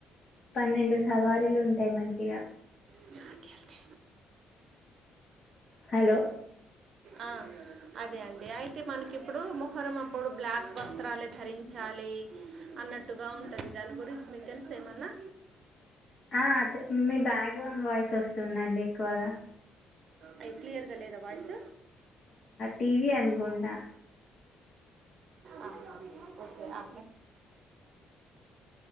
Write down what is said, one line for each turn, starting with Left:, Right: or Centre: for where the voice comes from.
Left: పన్నెండు సవారీలు ఉంటాయి మంచిగా
Right: చెప్పండి
Left: హలో
Right: ఆ అదే అండి అయితే మనకి ఇప్పుడు మొహరం అప్పుడు బ్లాక్ వస్త్రాలే ధరించాలి అన్నట్టుగా ఉంటుంది దాని గురించి మీకు తెలుసా ఏమన్నా
Left: ఆ మీ బ్యాక్గ్రౌండ్ వాయిస్ వస్తుందండి ఎక్కువగా
Right: అయి క్లియర్గా లేదా వాయిస్
Left: టీవీ అనుకుంటా
Right: ఆ ఓకే ఆ